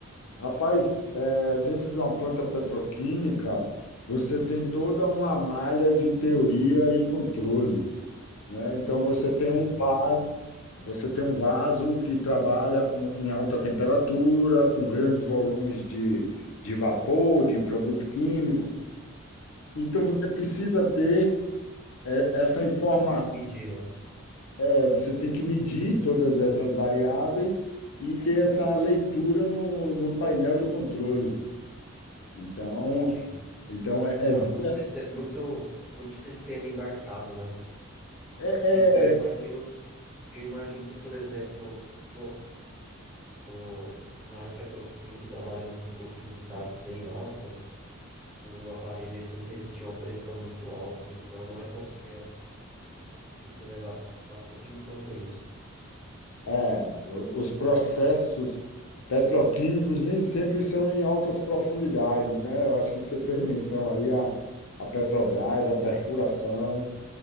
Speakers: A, on the left; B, in the centre.
A: rapaz, é, dentro de uma planta petroquímica, você tem toda uma malha de teoria e controle, né? Então, você tem
B: Sim,
A: um básico
B: sim,
A: Você tem um vaso que trabalha com- em alta temperatura, com grandes volumes de, de vapor, de produto químico. Então,
B: sim.
A: você precisa ter eh, essa informação.
B: Me- Medir, né?
A: Eh, Você tem que medir todas essas variáveis e ter essa leitura no, no painel de controle. Então,
B: Entendi.
A: então é,
B: Cara,
A: é, vi-
B: muito sistema, muito, muito sistema embarcado, né?
A: é,
B: E eu imagino, eu imagino que, por exemplo, pô, o, na área petroquímica, trabalhando com profundidades bem altas, o aparelho ele tem que resistir a uma pressão muito alta, então não é qualquer Tem que levar bastante em conta isso.
A: É, o- os processos petroquímicos nem sempre são em altas profundidades, né? Eu acho que você fez menção aí à, à Petrobras, à perfuração,